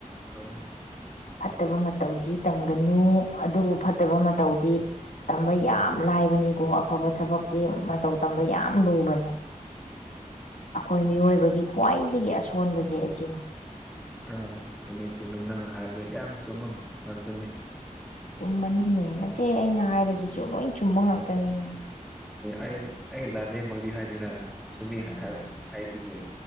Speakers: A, in the centre; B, on the left.
A: ꯍꯣꯏꯅ
B: ꯐꯠꯇꯕ ꯃꯇꯧꯗꯤ ꯇꯝꯒꯅꯨ ꯑꯗꯨꯕꯨ ꯐꯠꯇꯕ ꯃꯇꯧꯗꯤ ꯇꯝꯕ ꯌꯥꯝ ꯂꯥꯏꯕꯅꯤꯀꯣ ꯑꯐꯕ ꯊꯕꯛꯇꯤ ꯃꯇꯧ ꯇꯝꯕ ꯌꯥꯝ ꯂꯨꯕꯅꯤ ꯑꯩꯈꯣꯏ ꯃꯤꯑꯣꯏꯕꯒꯤ ꯈ꯭ꯋꯥꯏꯗꯒꯤ ꯑꯁꯣꯟꯕꯁꯦ ꯑꯁꯤꯅꯤ
A: ꯑꯥ ꯆꯨꯝꯃꯤ ꯆꯨꯝꯃꯤ ꯅꯪꯅ ꯍꯥꯏꯕꯗꯣ ꯌꯥꯝ ꯆꯨꯝꯕ ꯉꯥꯛꯇꯅꯤ
B: ꯆꯨꯝꯕꯅꯤꯅꯦ ꯅꯆꯦ ꯑꯩꯅ ꯍꯥꯏꯕꯁꯤꯁꯨ ꯂꯣꯏ ꯆꯨꯝꯕ ꯉꯇꯅꯤꯅꯦ
A: ꯑꯩ ꯑꯩ ꯂꯥꯟꯗꯦꯝꯃꯗꯤ ꯍꯥꯏꯗꯦꯅ ꯁꯨꯝꯃꯤ
B: ꯎꯝ
A: ꯍꯥꯏ ꯍꯥꯏꯗꯨꯗꯤ